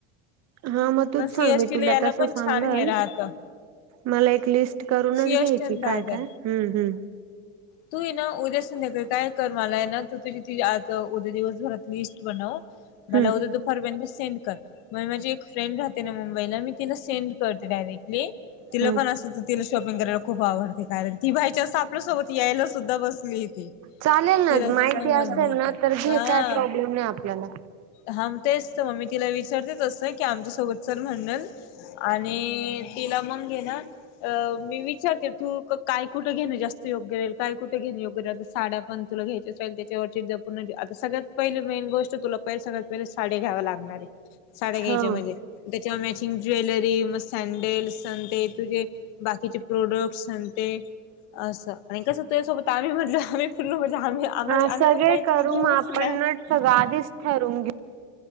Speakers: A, on the right; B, on the left.
A: हा मग तूच
B: सीएसटी
A: सांग मी तुला
B: ला याला
A: तस
B: पण
A: सांगल
B: छान हे राहतं
A: मला एक लिस्ट करूनच
B: सीएसटी
A: घ्यायची
B: आणि दादर
A: काय काय हम्म हम्
B: तू ये ना उद्या संध्याकाळी काय कर मलाय ना त तुझ आज उद्या दिवसभरात लिस्ट बनव मला
A: हम्म
B: उद्या दुपारपर्यंत सेंड कर मग माझी एक फ्रेंड राहते ना मुंबईला मी तिला सेंड करते डायरेक्टली तिला
A: हम्म
B: पण अस तिला शॉपिंग करायला खूप आवडते कारण ती बाईयच्या असं आपल्यासोबत यायला सुद्धा बसली तिराच
A: चालेल ना माहिती
B: समजलं
A: असेल ना
B: तर
A: घे काय प्रॉब्लेम नाही आपल्याला
B: हा तेच तर मग मी तिला विचारते त असं की आमच्यासोबत चल म्हणणल आणि तिला मंगे ना अ मी विचारते तू काय कुठं घेणं जास्त योग्य राहील काय कुठे योग्य राल तर साड्या पण तुला घ्यायच्या असेल त्याच्यार्ण सगळ्यात पहिली मेन गोष्ट तुला पहिले सगळ्यात पहिले साड्या घ्याव लागणारे साड्या घ्यायच्या
A: ह
B: म्हणजे त्याच्यावर मॅचिंग ज्वेलरी मग सँडेलस ते तुझे. बाकीचे प्रोडक्टस ते असं आणि कस सोबत आमही म्हणलं आम्ही फरलो आम्ही आम्हा
A: हा
B: आम्ही
A: सगळे
B: पण काहीतरी
A: करू
B: घेऊच
A: आपण
B: ना
A: सगळं आधीच ठरून घेऊ